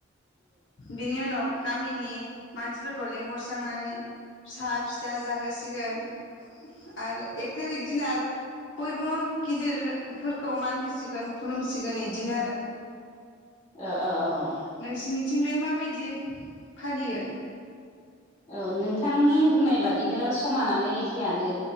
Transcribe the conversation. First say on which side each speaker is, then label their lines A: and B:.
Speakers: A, on the left; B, on the left.
A: बेनि उनाव गामिनि मानसिफोरखौ लिंहरस्रांनानै फिसा फिथा जाहोसिगोन <inaudible> आरो एक थारिक दिना आरो बयबो गिदिरफोरखौ मान होसिगोन खुलुमसिगोन इद दिनो आरो
B: ओ ओ औ
A: नोंसिनिथिंलाय माबायदि फालियो?
B: ओ नोंथांनि बुंनाय बादिनो समानानो एखेयानो